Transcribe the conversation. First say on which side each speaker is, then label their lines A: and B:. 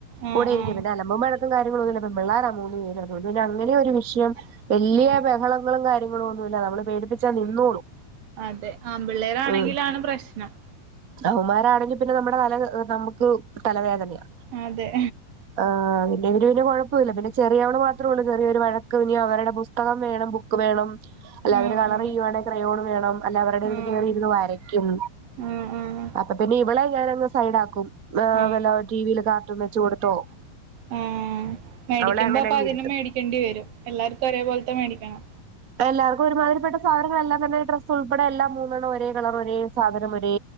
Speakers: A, on the right; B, on the right.
A: ആ
B: കൂടെയിരിക്കും
A: ആ
B: പിന്ന അലമ്പും, വഴഴക്കും കാര്യങ്ങളൊന്നുല്ല പെം പിള്ളാര മൂന്ന് പേരും അതോണ്ട് പിന്നങ്ങ നെയൊരു വിഷയം വല്ല്യ
A: ആ
B: ബഹളങ്ങളും കാര്യങ്ങളൊന്നുവില്ല നമ്മള് പേടിപ്പിച്ചാ നിന്നോളും
A: അതെ ആമ്പിള്ളേരാണെങ്കിലാണ്
B: ഉം
A: പ്രശ്നം
B: അവന്മാരാണെങ്കി പിന്നെ നമ്മുടെ തല നമുക്ക് തലവേദനയാ
A: അതെ
B: ആ പിന്നെയിവര് പിന്നെ കൊഴപ്പമില്ല പിന്നെ ചെറിയവള് മാത്രൊള്ളു ചെറിയൊരു വഴക്ക് ഇനിയവരുടെ പുസ്തകം വേണം ബുക്ക് വേണം അല്ല
A: ആ
B: അവര്
A: ആ
B: കളറെയ്യുവാണെ ക്രയോൺ വേണം അല്ല അവരുടെതില്
A: ആ
B: കേറിയിരുന്ന് വരയ്ക്കും
A: ആഹ് ആഹ്
B: അപ്പൊതന്നെ ഇവളെ ഞാനങ് സൈഡാക്കും ഏഹ്
A: ആഹ്
B: വല്ല ടിവിയില് കാർട്ടൂൺ വെച്ച് കൊടുത്തോ
A: ആഹ് മേടിക്കുമ്പോ
B: അവളെ അങ്ങനെ
A: അപ്പതിനും
B: അങ്ങിരുത്തും
A: മേടിക്കേണ്ടി വരും എല്ലാർക്കും ഒരേപോലത്തെ മേടിക്കണം
B: എല്ലാർക്കും ഒരുമാതിരിപ്പെട്ട സാധനങ്ങളെല്ലാം തന്നെ ഡ്രസ്സ് ഉൾപ്പെടെയെല്ലാം മൂന്നണ്ണം ഒരേ കളറ് ഒരേ സാധനം ഒരേ